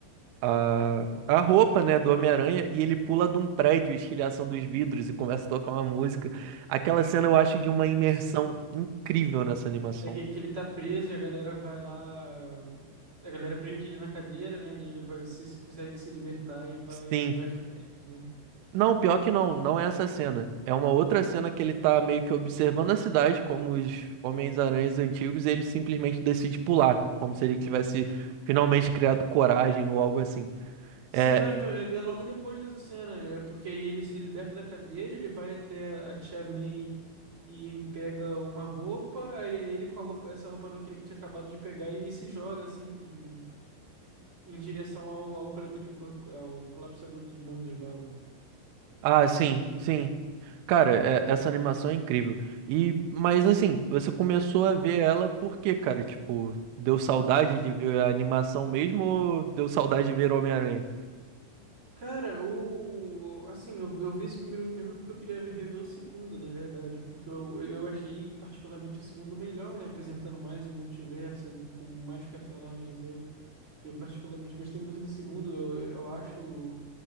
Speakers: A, on the right; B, on the right.
A: a, a roupa, né, do Homem-Aranha e ele pula de um prédio, estilhação dos vidros e começa a tocar uma música. Aquela cena eu acho de uma imersão
B: Sim.
A: incrível nessa animação.
B: É que, que ele tá preso e a galera vai lá, a galera prende ele na cadeira, né, e ele vai se, se consegue se libertar e vai
A: Sim.
B: vai ajudar eles, né?
A: Não, pior que não, não é essa cena. É uma outra cena que ele tá meio que observando a cidade, como os Homens-Aranhas antigos, e ele simplesmente decide pular, como se ele tivesse finalmente criado coragem ou algo assim.
B: Sim,
A: É,
B: ah, então é, é logo depois dessa cena, é porque aí ele se liberta da cadeira, ele vai até a tia May e pega uma roupa, aí ele com a roupa, essa roupa não- que ele tinha acabado de pegar e se joga assim em, em direção ao, ao coletor de, co- ao colapsador de mundos lá. o-
A: Ah, sim, sim. Cara, é- essa animação é incrível. E, mas assim, você começou a ver ela por quê, cara? Tipo, deu saudade de ver a animação mesmo ou deu saudade de ver Homem-Aranha?
B: Cara, o assim, eu, eu vi esse primeiro filme porque eu queria ver- rever o segundo, na verdade, porque eu, eu achei particularmente o segundo melhor, né, apresentando mais o multiverso do, com mais personagens. Eu Eu particularmente gostei muito do segundo. Eu, eu acho